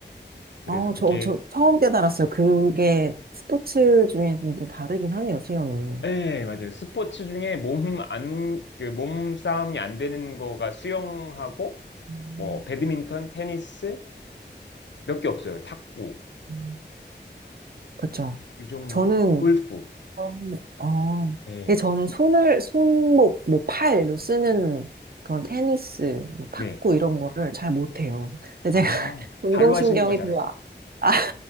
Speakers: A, on the left; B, on the right.
A: 그래서
B: 아,
A: 그게
B: 저, 저 처음 깨달았어요. 그게 스포츠 중에 좀 또 다르긴 하네요, 수영이.
A: 네, 맞아요. 스포츠 중에 몸 안, 그 몸싸움이 안 되는 거가 수영하고,
B: 음,
A: 뭐, 배드민턴, 테니스, 몇 개 없어요. 탁구,
B: 음. 그쵸.
A: 이 정도?
B: 저는,
A: 골프.
B: 음, 아,
A: 네
B: 근데 저는 손을, 손목, 뭐 팔로 쓰는 그런 테니스, 뭐 탁구
A: 네.
B: 이런 거를 잘 못해요. 근데
A: 아,
B: 제가 <laughs> 운동신경이
A: 발로 하시는 걸 잘하시네.
B: 별로, 아, 아,